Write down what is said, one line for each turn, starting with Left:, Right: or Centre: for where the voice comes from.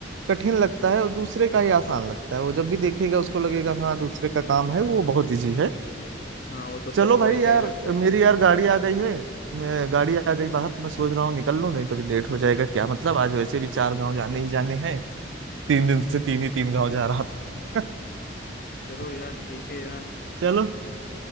Right: कठिन लगता है और दूसरे का ही आसान लगता है वो जब भी देखेगा उसको लगेगा हाँ दूसरे का काम है वो बहुत इजी है
Left: हाँ वो तो
Right: चलो
Left: सबको
Right: भाई
Left: ऐसा
Right: यार
Left: ही लगता है
Right: मेरी यार गाड़ी आ गई है मैं गाड़ी आ गई बाहर तो मैं सोच रहा हूँ निकल लूँ नहीं तो भी लेट हो जाएगा क्या मतलब आज वैसे भी चार गांव जाने ही जाने हैं तीन दिन से तीन ही तीन गांव जा रहा था
Left: चलो
Right: <laughs>
Left: यार ठीक है यार
Right: चलो